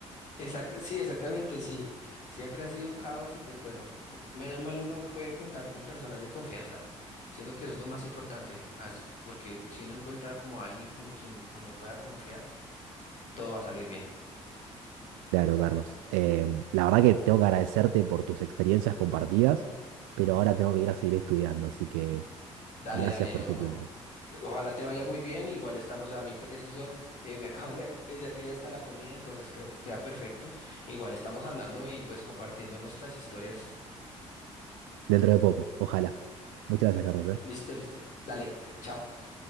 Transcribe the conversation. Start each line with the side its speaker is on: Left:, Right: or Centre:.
Left: Exacto, sí, exactamente, sí. Siempre ha sido un caos y pues bueno, m- menos mal uno puede contar con personas de confianza. Siento que eso es lo más importante, as- porque si uno encuentra como alguien con quien uno pueda confiar, todo va a salir bien.
Right: Claro, Carlos. Eh, la verdad que tengo que agradecerte por tus experiencias compartidas, pero ahora tengo que ir a seguir estudiando, así que
Left: Dale,
Right: gracias
Left: dale,
Right: por
Left: no,
Right: este
Left: no.
Right: tiempo.
Left: Ojalá te vaya muy bien. Igual estamos a mí preciso, eh, me <laughs> acaban de avisar que ya está la comida, entonces creo que queda perfecto. Igual estamos hablando y pues compartiendo nuestras historias.
Right: Dentro de poco, ojalá. Muchas gracias, Carlos, ¿eh?
Left: Listo, listo. Dale, chao.